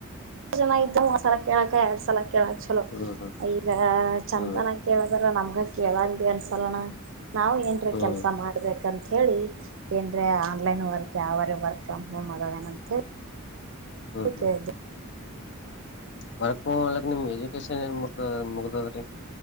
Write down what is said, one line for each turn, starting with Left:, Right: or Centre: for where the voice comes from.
Right: ಜನ ಇದ್ದ ಸಲ ಕೇಳಕ ಎರಡ್ ಸಲಕ ಕೇಳಕ್ ಚಲೋ
Left: ಹ್ಮ್ ಹ್ಮ್
Right: ಈಗ ಚಂತಾನ
Left: ಹ್ಮ್
Right: ಕೇಳಕ್ ಬರ ನಮ್ಗ ಕೇಳಾಗ ಭ ಅನ್ಸಲ್ಲಣ ನಾವು ಏನ್ರೀ
Left: ಹ್ಮ್
Right: ಕೆಲ್ಸ ಮಾಡ್ಬೇಕಂತ ಅಂತ ಹೇಳಿ ಏನ್್ರೆ ಆನ್ಲೈನ್ ವರ್ಕ್ ಯಾವರ ವರ್ಕ್ ಫ್ರಮ್ ಹೋಮ್ ಅದಾವೇನಂತ ಹೇಳಿ
Left: ಹ್ಮ್
Right: ಕೆ
Left: ಹ್ಮ್
Right: ಅ
Left: ವರ್ಕ್ ಮ್ಕ್ ನಿಮ್ ಎಜುಕೇಶನ್ ಮತ್ತೆ ಏನ್ ಅವ್ರೆ